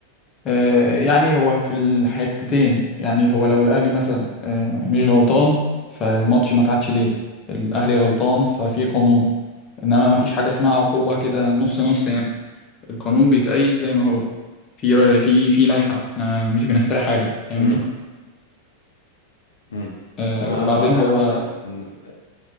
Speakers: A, on the left; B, on the left.
A: آه، يعني هو في الحتتين يعني هو لو الأهلي مثلا آه، مش غلطان فالماتش ما اتعادش ليه الأهلي غلطان ففي قانون إنما ما فيش حاجة اسمها عقوبة كده نص نص يعني القانون بيتأيد زي ما هو في في في لائحة احنا مش بنخترع حاجة فاهمني
B: امم امم <clears throat>
A: آه،
B: انا
A: وبعدين
B: انا رايي
A: هو
B: انا مثلا ان ال-